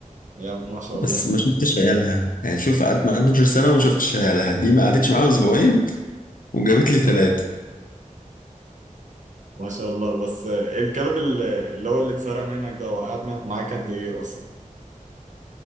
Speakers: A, on the right; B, on the left.
A: يا ما شاء الله
B: بس ما شفتش عيالها يعني شوف قعدت معايا 12 سنة وما شفتش عيالها دي ما قعدتش معايا أسبوعين وجابت لي ثلاثة
A: ما شاء الله بس آه، الكلب اللي اللي هو اللي اتسرق منك ده هو قعد مع- معاك قد ايه اصلا